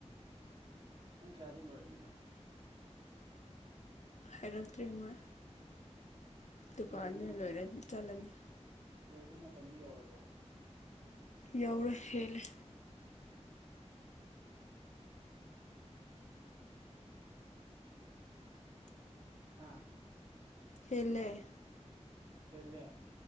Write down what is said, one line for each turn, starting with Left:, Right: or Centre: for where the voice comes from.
Right: ꯄꯨꯡ ꯀꯌꯥꯗ ꯂꯣꯏꯗꯣꯏꯅꯣ
Left: ꯍꯥꯏꯔꯛꯇ꯭ꯔꯤ ꯃꯣꯏ ꯗꯨꯀꯥꯟꯅꯤ
Right: ꯂꯣꯏꯕ ꯃꯇꯝ
Left: ꯂꯣꯏꯔ ꯆꯠꯂꯅꯤ
Right: ꯂꯣꯏꯕ ꯃꯇꯝꯗꯥ ꯌꯧꯔꯕꯣ
Left: ꯌꯧꯔꯦ ꯍꯦꯜꯂꯦ
Right: ꯍꯥꯥ
Left: ꯍꯦꯜꯂꯦ
Right: ꯍꯦꯜꯂꯦ